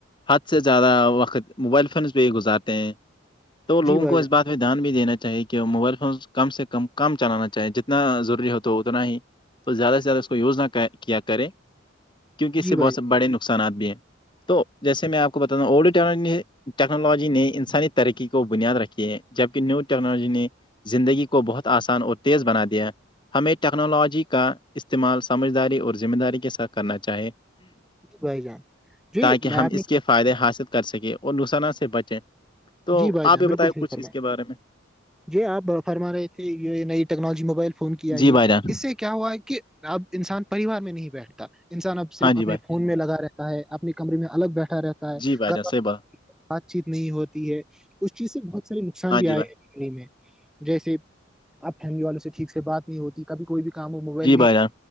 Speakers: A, on the left; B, in the centre.
A: حد سے زیادہ وقت موبائل فونز پہ ہی گزارتے ہیں تو لوگوں
B: جی بھائی
A: کو اس
B: جان
A: بات دھیان بھی دینا چاہیے کہ موبائل فونس کم سے کم کم چلانا چاہیے جتنا ضروری ہوتا اتنا ہی تو زیادہ سے زیادہ اس کو یوز نہ کیا کریں کیونکہ اس
B: جی
A: سے
B: بھائی
A: بہت
B: جان
A: س بڑے نق نقصانات بھی ہیں تو جیسے میں آپ کو بتاا ہوں اڈو ٹیکنالوجی نے انسانی ترقی کو بنیاد رکھی ہے جبکہ نیو ٹیکنالوجی نے زندگی کو بہت آسان اور تیز بنا دیا ہمیں ٹیکنالوجی کا استعمال سمجھداری اور ذمہ داری کے ساتھ کرنا چاہیے
B: جی بھائی جان جی
A: تاکہ ہم
B: آپ نے
A: اس کے فائدے حاصل کر سکیں اور نصانہ سے بچیں تو
B: جی بھائی جان
A: آپ یہ
B: بالکل
A: بتائیں
B: صحیح
A: کچھ
B: فرما
A: اس کے بارے میں
B: جی آپ فرما رہے تھے یہ نئی ٹیکنالوجی موبائل فون کی آئی
A: جی بھائی
B: ہے
A: جان
B: اس سے کیا کیا ہوا ہے کہ اب انسان پریوار میں نہیں بیٹھتا انسان اب صرف
A: ہاں جی
B: اپنے
A: بھائی
B: ون میں لگا رہتا ہے اپنے کمرے میں الگ بیٹھا رہتا ہےگر
A: جی بھائی جان صحیح بات
B: بات چیت نہیں ہو ہے اس چیز سے بہت سارے نقصان
A: ہاں
B: بھی
A: جی
B: آئے
A: بھائی
B: ہیں ف میں جیسے آپ فیملی والوں سے ٹھیک سے بات نہیں ہوتی کبھی کوئی بھی کام ہو موبائل
A: جی
B: میں
A: بھائی جان